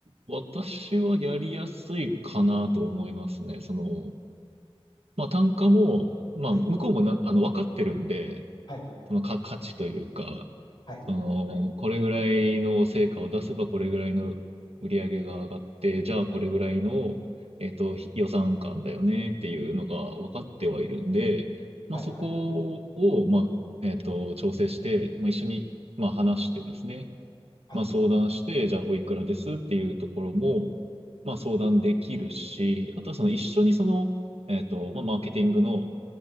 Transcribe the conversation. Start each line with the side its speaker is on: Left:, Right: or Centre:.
Right: 私はやりやすいかなと思いますね。その、まあ、単価も、まあ、
Left: はい。
Right: 向こうもな、あの、分かってるんで、
Left: はい。
Right: そのか、価値というか、
Left: はい。
Right: その、これぐらいの成果を出せばこれぐらいの売り上げが上がって、じゃあこれぐらいの、えっと、予算感だよねっていうのが分かってはいるんで、まあそこを、
Left: はい。はい。
Right: まあ、えっと、調整して、まあ一緒に、まあ話してですね、
Left: はい。
Right: まあ相談して、じゃあおいくらですっていうところも、まあ相談できるし、あとはその一緒にその、えっと、まあマーケティングの